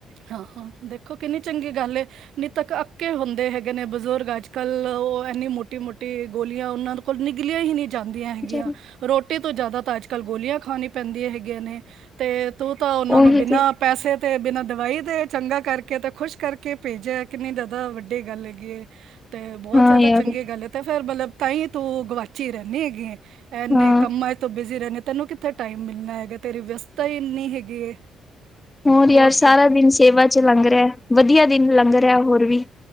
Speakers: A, on the right (about 75°); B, on the left (about 20°).
A: ਹਾਂ-ਹਾਂ ਦੇਖੋ ਕਿੰਨੀ ਚੰਗੀ ਗੱਲ ਆ ਨਿਤੱਕ ਅੱਕੇ ਹੁੰਦੇ ਹੈਗੇ ਨੇ ਬਜ਼ੁਰਗ ਅੱਜ ਕੱਲ੍ਹ ਉਹ ਐੰਨੀ ਮੋਟੀ-ਮੋਟੀ ਗੋਲੀਆਂ ਉਹਨਾਂ ਕੋਲ ਨਹੀ ਹਿਲਯਾ ਹੀ ਨੀ ਜਾਂਦੀਆਂ
B: ਹੈ।
A: ਹੈਗੀਆਂ ਰੋਟੀ ਤੋਂ ਜ਼ਿਆਦਾ ਤਾਂ ਅੱਜ ਕੱਲ੍ਹ ਗੋਲੀਆਂ ਖਾਉਣੀ ਪੈਂਦੀ ਹੈਗੀ ਨੇ ਤੇ ਤੂੰ ਤਾਂ ਉਹਨਾਂ
B: ਉਹੀ
A: ਨੂੰ ਬਿਨਾਂ
B: ਤੇ
A: ਪੈਸੇ ਤੇ ਬਿਨਾਂ ਦਵਾਈ ਦੇ ਚੰਗਾ ਕਰਕੇ ਤੇ ਖੁਸ਼ ਕਰਕੇ ਭੇਜਿਆ ਕਿੰਨੀ ਜਿਆਦਾ ਵੱਡੀ ਗੱਲ ਹੈ ਗਏ। ਤੇ ਬਹੁਤ
B: ਹਾਂ
A: ਜ਼ਿਆਦਾ
B: ਯਾਰ
A: ਚੰਗੇ ਗੱਲ ਹੈ ਅਤੇ ਫਿਰ ਮਤਲਬ ਤਾਂਈ ਤੂੰ ਗਵਾਚੀ ਰੈਨੀ ਹੈਗੀ ਏਂ ਐਨੇ
B: ਹਾਂ
A: ਕਮਾ ਤੋਂ ਬੀਜੀ ਰਹਿਨੇ ਤੈਨੂੰ ਕਿੱਥੇ ਟਾਈਮ ਮਿਲਣਾ ਹੈਗਾ ਤੇਰੀ ਵਿਅਸਤਾ ਹੀ ਇੰਨੀ ਹੈਗੀ ਏ
B: ਹੋਰ
A: ਬਹੁਤ
B: ਯਾਰ ਸਾਰਾ ਦਿਨ ਸੇਵਾ ਚ ਲੰਘ ਰਿਹਾ ਵਧੀਆ ਦਿਨ ਲੰਘ ਰਿਹਾ ਹੋਰ ਵੀ